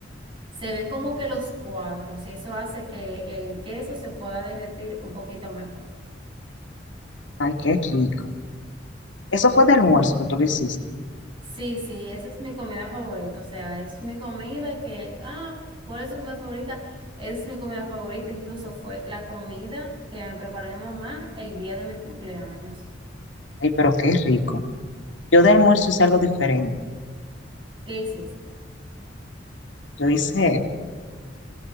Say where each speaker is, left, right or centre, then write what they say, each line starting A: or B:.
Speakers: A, on the right (about 30°); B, on the left (about 85°).
A: se ven como que los cuadros y eso hace que el queso se pueda derretir un poquito mejor.
B: Ay, qué rico. Eso fue de almuerzo que tú lo hiciste.
A: Sí, sí, esa es mi comida favorita, o sea, es mi comida que, ah, ¿cuál es tu comida favorita? Es mi comida favorita, incluso fue la comida que me preparó mi mamá el día de mi cumpleaños.
B: Ay, pero qué rico. Yo de almuerzo hice algo diferente.
A: ¿Qué hiciste?
B: Yo hice